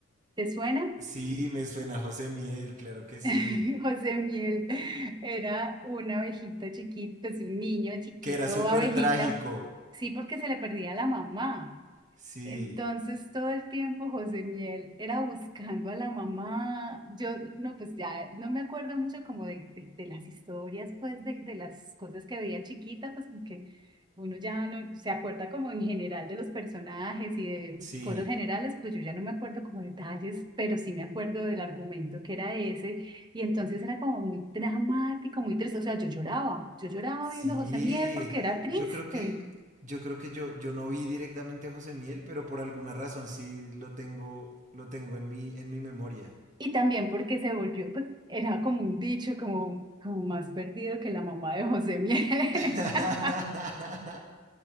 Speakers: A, on the right (about 20°); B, on the right (about 35°).
A: ¿Te suena?
B: Sí, me suena a José Miel, claro que sí.
A: <laughs> José Miel era una abejita chiquita, es un niño chiquito,
B: Que era súper
A: abejita.
B: trágico.
A: Sí, porque se le perdía la mamá.
B: Sí,
A: Entonces todo el tiempo José Miel era buscando a la mamá. Yo no, pues ya no me acuerdo mucho como de, de, de las historias, pues de, de las cosas que veía chiquita, pues porque uno ya no se acuerda como en general de los personajes y de
B: sí.
A: cosas generales, pero yo ya no me acuerdo como detalles, pero sí me acuerdo del argumento que era ese. Y entonces era como muy dramático, muy triste. O sea, yo lloraba, yo lloraba
B: Sí,
A: viendo a José Miel porque era triste.
B: yo creo que, yo creo que yo, yo no vi directamente a José Miel, pero por alguna razón sí lo tengo, lo tengo en mi, en mi memoria.
A: Y también porque se volvió, pues era como un dicho, como, como más perdido que la mamá de José Miel.
B: <laughs>
A: <laughs>